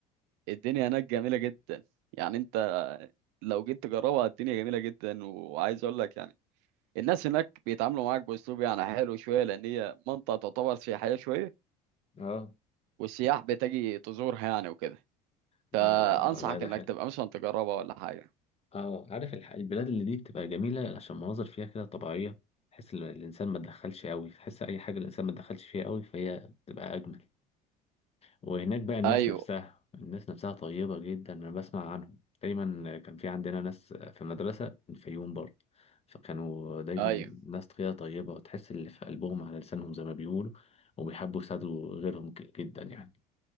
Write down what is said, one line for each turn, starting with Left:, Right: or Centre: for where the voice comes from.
Right: الدنيا هناك جميله جدا يعني انت لو جيت تجربها الدنيا جميله جدا وعايز اقول لك يعني الناس هناك بيتعاملوا معاك باسلوب يعني حلو شويه لان هي منطقه تعتبر سياحيه شويه
Left: اه
Right: والسياح بتجي تزورها يعني وكده
Left: لا
Right: فانصحك
Left: لا والله ده
Right: انك
Left: حلو
Right: تبقى مثلا تجربها ولا حاجه
Left: اه عارف الح- البلاد اللي دي بتبقى جميلة عشان مناظر فيها كده طبيعية تحس ال- الإنسان ما تدخلش قوي تحس أي حاجة الإنسان ما تدخلش فيها قوي فهي بتبقى أجمل وهناك بقى الناس
Right: ايوه
Left: نفسها الناس نفسها طيبة جدا أنا بسمع عنهم دايما كان في عندنا ناس في المدرسة من الفيوم برضه فكانوا دايما
Right: ايوه
Left: ناس كده طيبة وتحس اللي في قلبهم على لسانهم زي ما بيقولوا وبيحبوا يساعدوا غيرهم ك- جدا يعني